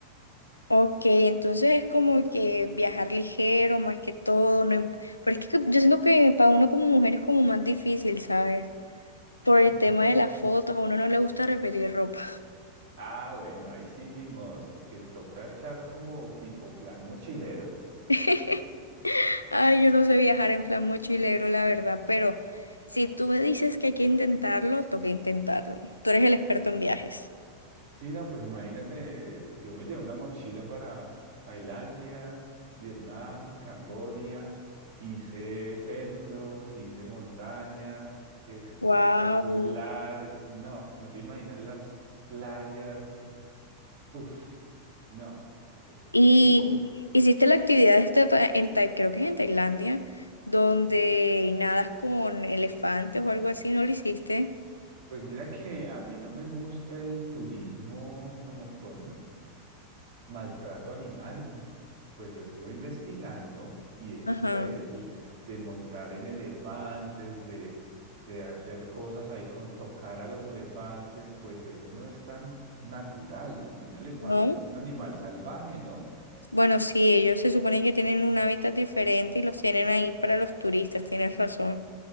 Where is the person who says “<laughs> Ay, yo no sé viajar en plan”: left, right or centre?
Left